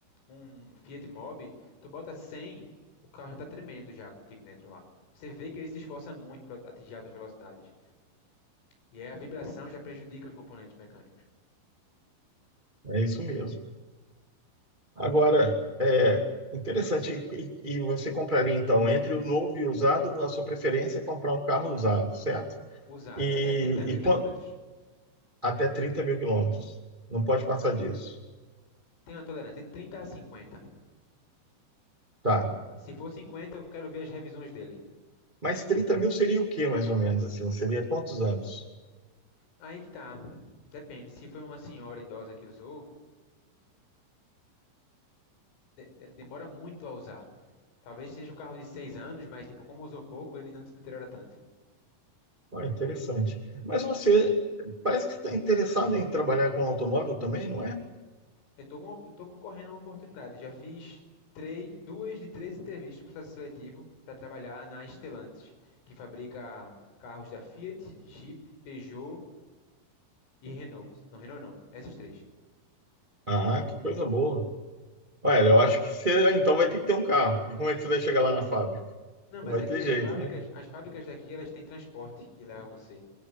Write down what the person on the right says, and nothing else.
É isso mesmo. Agora, é interessante. E, e você compraria, então, entre o novo e o usado, a sua preferência é comprar um carro usado, certo?
E,
e
quan- até 30 mil quilômetros. Não pode passar disso.
Tá.
Mas 30 mil seria o quê, mais ou menos? Assim? Seria quantos anos?
Olha, interessante. Mas você parece que está interessado em trabalhar com automóvel também, não é?
Ah, que coisa boa. Olha, eu acho que você ah, então vai ter que ter um carro. E como é que você vai chegar lá na fábrica?
Não vai
ter
jeito,
né?